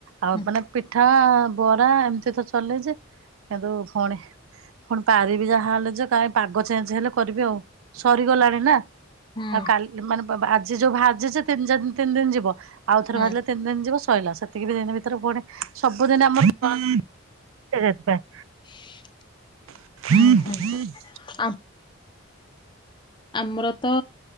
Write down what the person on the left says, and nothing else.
ହୁଁ
ହୁଁ
ହୁଁ
<inaudible>
ହୁଁ ଆ ଆମର ତ